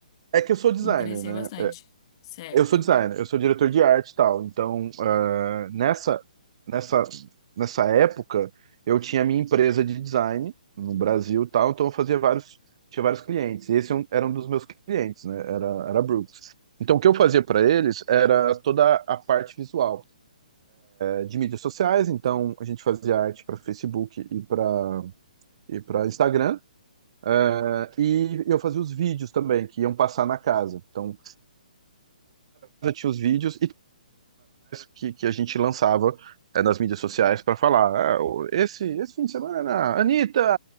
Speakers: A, on the right (about 40°); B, on the left (about 35°).
A: É que eu sou designer,
B: Me interessei
A: né?
B: bastante. Certo.
A: Eu sou designer, eu sou diretor de arte e tal. Então, ah, nessa, nessa, nessa época, eu tinha minha empresa de design no Brasil e tal, então eu fazia vários, tinha vários clientes. E esse é um- era um dos meus clientes, né? Era, era a Brooks. Então, o que eu fazia para eles era toda a parte visual, eh, de mídias sociais. Então, a gente fazia arte para Facebook e para e para Instagram. eh, E eu fazia os vídeos também, que iam passar na casa. Então, eu tinha os vídeos e que, que a gente lançava é, nas mídias sociais para falar. "Ah, o- esse, esse fim de semana, Anitta,